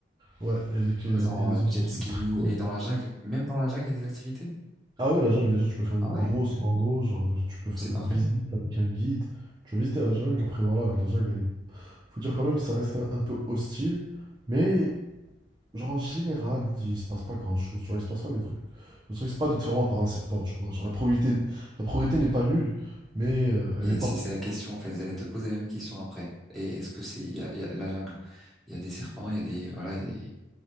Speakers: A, on the right; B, in the centre.
A: ouais, il y a des, il
B: Genre
A: y a des
B: euh,
A: activités
B: jet ski
A: très cool.
B: et dans la jungle. Même dans la jungle, il y a des activités?
A: Ah oui, la jungle, déjà, tu peux faire une
B: Ah ouais?
A: grosse rando, genre, tu peux faire
B: C'est parfait.
A: une visite avec un guide. Tu vas visiter la jungle, après, voilà, la jungle, elle est... Faut dire quand même que ça reste un, un peu hostile, mais, genre, en général, il se passe pas grand-chose, tu vois, il se passe pas des trucs. Je ne risque pas de te faire mordre par un serpent, tu vois, genre, la probabilité, la probabilité n'est pas nulle, mais euh,
B: Mais
A: elle n'est pas...
B: c'est c'est la question en fait. J'allais te poser la même question après. Et est-ce que c'est il y a, il y a la jungle? Il y a des serpents, il y a des voilà, il y a des,